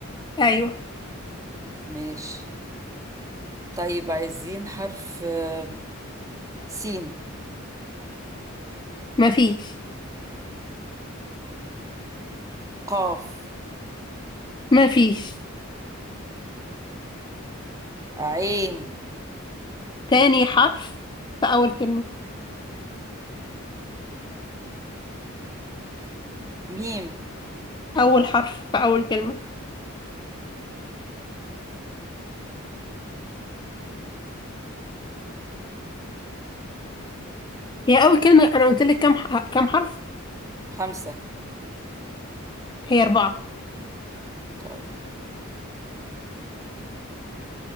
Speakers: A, on the left (about 20°); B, on the right (about 15°).
A: ايوه
B: ماشي طيب عايزين حرف آه، سين
A: مفيش
B: قاف
A: مفيش
B: عين
A: تاني حرف في اول كلمة
B: ميم
A: اول حرف في اول كلمة هي اول كلمة انا قلت لك كام ح- كام حرف
B: خمسة
A: هي اربعة
B: طيب